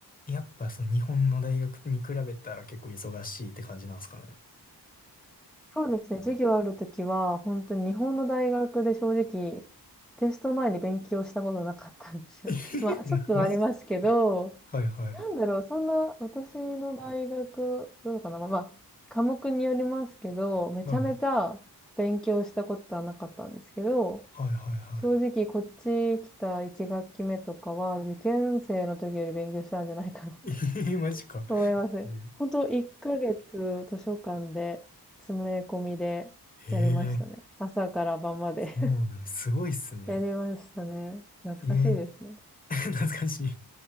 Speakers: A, on the left (about 20°); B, in the centre.
A: やっぱその日本の大学に比べたら結構忙しいって感じなんですかね。
B: そうですね。授業あるときは、本当に日本の大学で正直、テスト前に勉強したことなかったんですよ。
A: <laughs>
B: <laughs> まあ、ちょっとはありますけど、
A: いや、マジはいはい。
B: なんだろう、そんな、私の大学、どうかな、まあ、まあ科目によりますけど、めちゃめちゃ勉強したことはなかったんですけど、
A: はい。はいはいは
B: 正直こっち来た1学期目とかは、受験生の時より勉強したんじゃないかなって
A: い。<laughs> えー、マジか。
B: 思いますね。
A: うん
B: 本当1ヶ月図書館で、詰め込みでやりましたね。
A: えー
B: 朝から晩まで
A: そうね。
B: <laughs>
A: すごいっすね。
B: やりましたね。懐かしいですね。
A: ええ <laughs> 懐かしい。